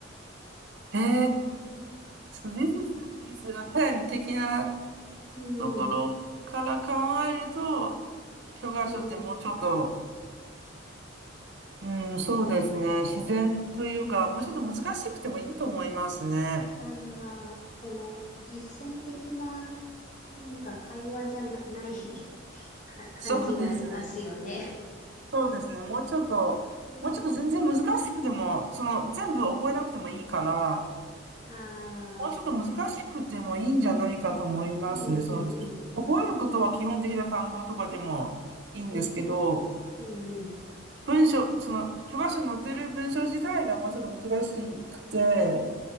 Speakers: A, on the right (about 60°); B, on the left (about 40°).
A: えー、so this is, this is a pen 的な
B: うん、
A: ところから考えると、教科書ってもうちょっと
B: うん。
A: うん、そうですね。自然というか、もうちょっと難しくてもいいと思いますね。
B: ああ、その、実践的な、なんか会話じゃな、ない <laughs> か感じはありますよね。
A: <laughs> そうですね。そうですね。もうちょっと、
B: うん
A: もうちょっと全然難しくても、その全部覚えなくてもいいから、
B: あ
A: もうちょっと難しくてもいいんじゃないかと思いますね。
B: あ、うんう
A: その、き覚えることは基本的な単語とかでもいいんですけど、
B: んうん、うん、うん
A: 文章、その、教科書に載ってる文章自体がもうちょっと難しくて、